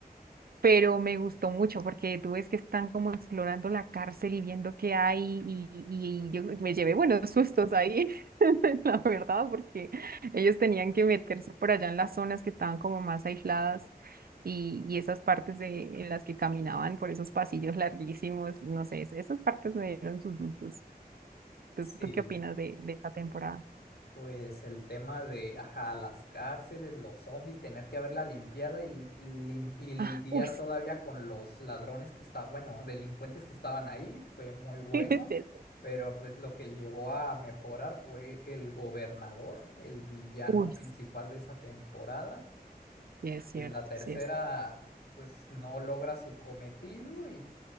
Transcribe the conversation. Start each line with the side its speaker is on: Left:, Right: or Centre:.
Right: pero me gustó mucho porque tú ves que están como explorando la cárcel y viendo qué hay y, y- y yo me llevé buenos sustos ahí, <laughs> la verdad, porque ellos tenían que meterse por allá en las zonas que estaban como más aisladas y, y esas partes de, en las que caminaban por esos pasillos larguísimos, no sé, es- esas partes me dieron sus sustos. ¿Tú,
Left: Sí.
Right: tú qué opinas de, de esta temporada?
Left: Pues el tema de, ajá, las cárceles, los zombies, tener que haberla limpiada y, lim- y lidiar
Right: Ah, uy, <laughs> sí,
Left: todavía con los ladrones que estaban, bueno, delincuentes que estaban ahí, fue muy bueno,
Right: es cierto.
Left: pero pues lo que llegó a mejorar fue el gobernador, el villano
Right: Uy,
Left: principal de esa temporada.
Right: sí es cierto,
Left: La tercera,
Right: sí es cierto.
Left: pues no logra su cometido y